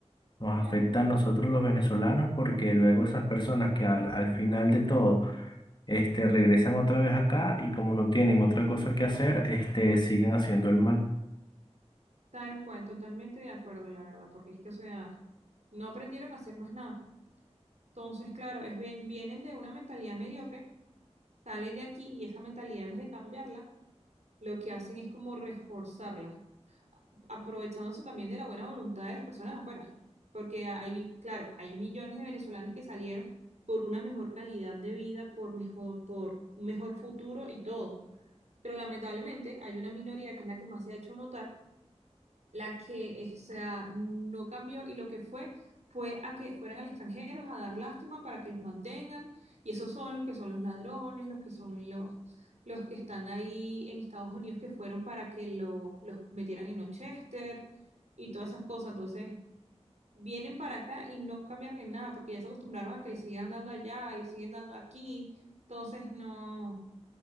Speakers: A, on the left; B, on the right.
A: nos
B: Claro,
A: afecta a nosotros los venezolanos porque luego esas personas que al, al final de todo este, regresan otra vez acá y como no tienen otra cosa que hacer, este, siguen haciendo el mal.
B: tal cual, totalmente de acuerdo, la verdad, porque es que, o sea, no aprendieron a hacer más nada. Entonces, claro, es bien, vienen de una mentalidad mediocre, salen de aquí y esa mentalidad en vez de cambiarla, lo que hacen es como reforzarla. aprovechándose también de la buena voluntad de las personas afuera, porque hay, claro, hay millones de venezolanos que salieron por una mejor calidad de vida, por mejor, por un mejor futuro y todo, pero lamentablemente hay una minoría que es la que más se ha hecho notar la que, eh, o sea, no cambió y lo que fue fue a que fueran al extranjero a dar lástima para que los mantengan y esos son los que son los ladrones, los que son los, los que están ahí en Estados Unidos que fueron para que los, los metieran en Ochester y todas esas cosas. Entonces, vienen para acá y no cambiaron en nada porque ya se acostumbraron a que le sigan dando allá, le siguen dando aquí. Entonces, no,